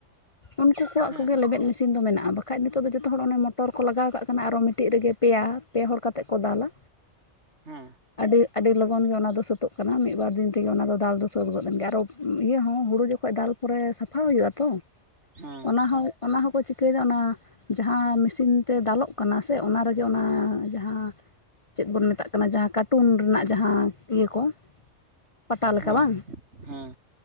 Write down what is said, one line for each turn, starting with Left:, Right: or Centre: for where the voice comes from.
Left: ᱩᱱᱠᱩ ᱠᱚᱣᱟᱜ
Right: ᱦᱮᱸ
Left: ᱠᱚᱜᱮ ᱞᱮᱵᱮᱫ ᱢᱤ ᱥᱤᱱ ᱫᱚ ᱢᱮᱱᱟᱜᱼᱟ, ᱵᱟᱠᱷᱟᱡ ᱱᱤᱛᱚᱜ ᱫᱚ ᱡᱚᱛᱚ ᱦᱚᱲ ᱚᱱᱮ ᱢᱚᱴᱚᱨ ᱠᱚ ᱞᱟᱜᱟᱣ ᱠᱟᱜ ᱠᱟᱱᱟ ᱟᱨᱚ ᱢᱤᱫᱴᱤᱡ ᱨᱮᱜᱮ ᱯᱮᱭᱟ ᱯᱮ ᱦᱚᱲ ᱠᱟᱛᱮᱜ ᱠᱚ ᱫᱟᱞᱟ᱾
Right: ᱦᱮᱸ᱾
Left: ᱟᱹᱰᱤ ᱟᱹᱰᱤ ᱞᱚᱜᱚᱱ ᱜᱮ ᱚᱱᱟ ᱫᱚ ᱥᱟᱹᱛᱟᱹᱜ ᱠᱟᱱᱟ, ᱢᱤᱫ ᱵᱟᱨ ᱫᱤᱱ ᱛᱮᱜᱮ ᱚᱱᱟ ᱫᱚ ᱫᱟᱞ ᱫᱚ ᱥᱟᱹᱛ ᱜᱚᱫ ᱮᱱ ᱜᱮ ᱟᱨᱚ ᱤᱭᱟᱹ ᱦᱚᱸ ᱦᱩᱲᱩ ᱡᱚ ᱠᱷᱡ ᱫᱟᱞ ᱯᱚᱨᱮ ᱥᱟᱯᱷᱟ ᱦᱩᱭᱩᱜᱼᱟ ᱛᱚ,
Right: ᱦᱮᱸ
Left: ᱚᱱᱟ ᱦᱚᱸ ᱚᱱᱟ ᱦᱚᱸᱠᱚ ᱪᱤᱠᱟᱹᱭ ᱫᱟ ᱚᱱᱟ ᱡᱟᱦᱟᱸ ᱢᱮᱥᱤᱱ ᱛᱮ ᱫᱟᱞᱚᱜ ᱠᱟᱱᱟ ᱥᱮ ᱚᱱᱟ ᱨᱮ ᱜᱮ ᱚᱱᱟ ᱡᱟᱦᱟᱸ ᱪᱮᱫ ᱵᱚᱱ ᱢᱮᱛᱟᱜ ᱠᱟᱱᱟ ᱡᱟᱦᱟᱸ ᱠᱟᱴ ᱴᱩᱱ ᱨᱮᱱᱟᱜ ᱡᱟᱦᱟᱸ ᱤᱭᱟᱹ ᱠᱚ ᱯᱟᱴᱟ ᱞᱮᱠᱟ
Right: ᱦᱮᱸ
Left: ᱵᱟᱝ?
Right: ᱦᱮᱸ